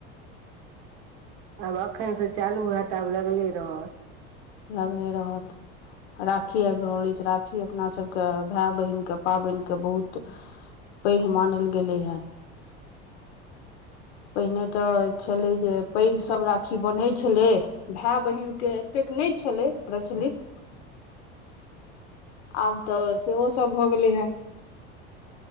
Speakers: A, on the right; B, on the left.
A: आब एखन से चालू हए तऽ आब लगले रहत।
B: लागले रहत। राखी आबि रहल अछि राखी अपना सभके भाय बहिनके पाबनिके बहुत पैघ मानल गेलै हँ। पहिने तऽ छलै जे पैघ सभ राखी बन्है छलै भाय बहिनके एतेक नहि छलै प्रचलित। आब तऽ सेहो सभ भऽ गेलै हे।